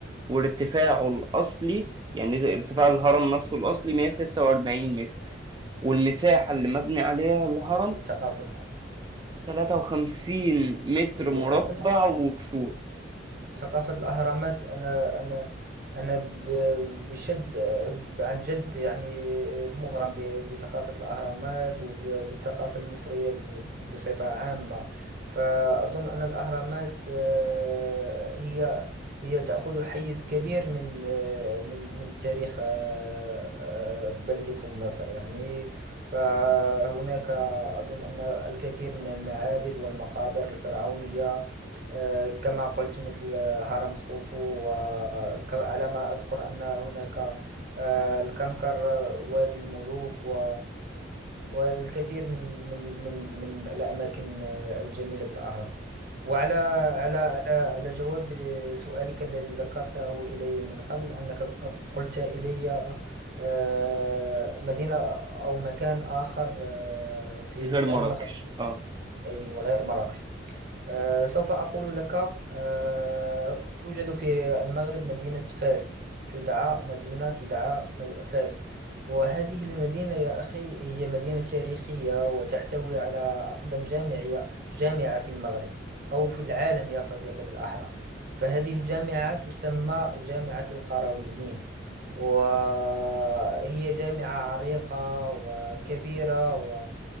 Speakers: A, on the right (about 20°); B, on the right (about 50°).
A: وارتفاعه الأصلي يعني زي ارتفاع الهرم نفسه الأصلي 146 متر والمساحة اللي مبني عليها الهرم
B: الثقافة
A: 53 متر
B: الثقافة
A: مربع وكسور
B: ثقافة الأهرامات أنا أنا أنا ب- بشد عن جد يعني مغرم ب- بثقافة الأهرامات وبالثقافة المصرية ب- بصفة عامة فأظن أن الأهرامات آه، هي هي تأخذ حيز كبير من آه، من من تاريخ آه، آه، بلدكم مصر يعني فهناك أظن أن الكثير من المعابد والمقابر الفرعونية آه، كما قلت مثل هرم خوفو وعلى ما أذكر أن هناك آه، الكنكر آه، وادي الملوك و والكثير من من من من الأماكن آه، الجميلة بالأهرام وعلى على على على جواب سؤالك الذي ذكرته إلي من قبل أنك قلت إلي آه، مدينة أو مكان آخر آه، في
A: غير
B: في
A: مراكش
B: المغرب
A: اه
B: أي وغير مراكش آه، سوف أقول لك آه، توجد في المغرب مدينة فاس تدعى مدينة تدعى م- فاس وهذه المدينة يا أخي هي مدينة تاريخية وتحتوي على أقدم جامعية جامعة في المغرب أو في العالم يا صديقي بالأحرى فهذه الجامعة تسمى جامعة القرويين وهي جامعة عريقة وكبيرة و